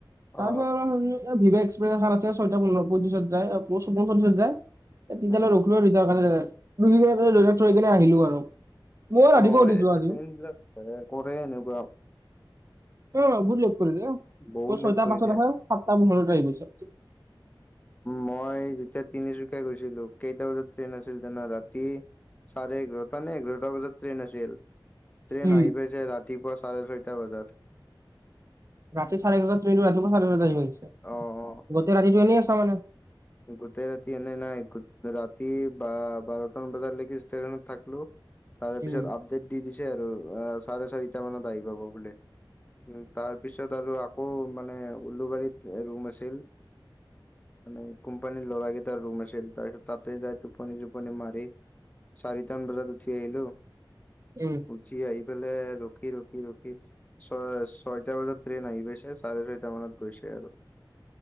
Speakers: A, on the right; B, on the left.
A: তাৰপিছত
B: অ
A: ভিভা এক্সপ্ৰেছ এখন আছে ছয়টা পোন্ধ পঁত্ৰিছত যায় পঞ্চল্লিছত যায় তিয়ালৈ
B: উম
A: ৰখিলো আৰুতিাৰ কাৰণখি থৈ কিনে আহিলো আৰু মই ৰাতিপুৱা
B: অ
A: উঠিছো
B: এই
A: আজি
B: ট্ৰেইন বিলাক কৰে এনেকুৱা
A: অ বু লেট কৰি দে তই
B: বহুত
A: ছয়টাাৰ
B: লেট কৰি
A: পাছত
B: দিয়ে
A: আহ সাতটা পোন্ধৰ আহি পিছ
B: মই যেতিয়া তিনিচুকীয়া গৈছিলো কেইটা বজাত ট্ৰেইন আছিল আছিল ৰাতি চাৰে এঘাৰটা নে এঘাৰটা বজাত ট্ৰেইন আছিল ট্ৰেইন
A: উম
B: অহ পেলছে ৰাতিপুৱা চাৰে ছৈটা বজাত
A: ৰাতি চাৰে এঘাৰটা ট্ৰেইনটো ৰাতিপুৱা চাৰে এঘাৰটা আহি গৈছে
B: অ অ
A: গোটেই ৰাতিটো এনেই আছা মানে
B: গোটেই ৰাতি এনে নাই ৰাতি বা বাৰটান বজালৈকে ষ্টেশচনত থাকলো তাৰে পিছত
A: উম
B: আপডেট দি দিছে আৰু আহ চাৰে চাৰিটা মানত আহ পাব খোলে উম তাৰ তাৰপিছত আৰু আকৌ মানে উলুবাৰীত ৰুম আছিল মানে কোম্পানীৰ ল'ৰাকেইটাৰ ৰুম আছিল তাৰপিছত তাতে যাই টোপনি টোপনি মাৰি চৰিতন বজাত উঠি আহলো
A: উম
B: বজি অহি পেলাই ৰখি ৰখি ৰখি ছয় ছয়টা বজাত ্ৰেইন আহি গৈছে চাৰে ছয়টা মানত গৈছে আৰু